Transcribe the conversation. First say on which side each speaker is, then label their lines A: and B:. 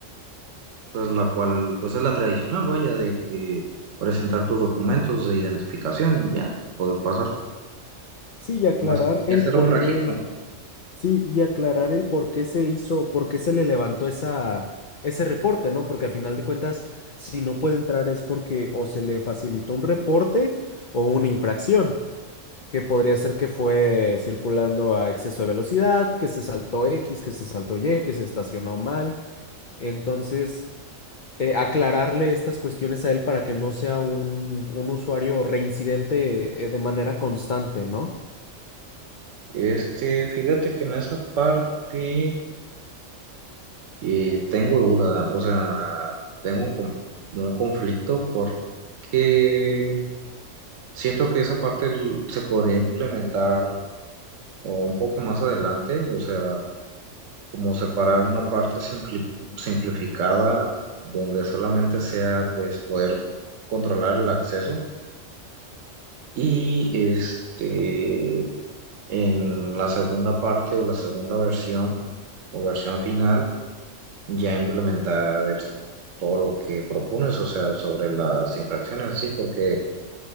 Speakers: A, on the right; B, on the left.
A: entonces la cual pues es la tradicional, vaya, de que presentar tus documentos de identificación y ya poder pasar.
B: Sí, y aclarar
A: Más, y
B: el
A: hacer
B: por
A: un registro.
B: qué. Sí, y aclarar el por qué se hizo, por qué se le levantó esa, ese reporte, ¿no? Porque a final de cuentas, si no puede entrar es porque o se le facilitó un reporte o una infracción, que podría ser que fue circulando a exceso de velocidad, que se saltó X, que se saltó Y, que se estacionó mal. Entonces, eh, aclararle estas cuestiones a él para que no sea un, un usuario reincidente, eh, de manera constante, ¿no?
A: Este, fíjate que en esa parte eh, tengo duda, o sea, tengo un, con- un conflicto porque Siento que esa parte l- se podría implementar o un poco más adelante, o sea, como separar una parte simpli- simplificada donde solamente sea pues poder controlar el acceso y este en la segunda parte o la segunda versión o versión final ya implementar el- todo lo que propones, o sea, sobre las infracciones, sí, porque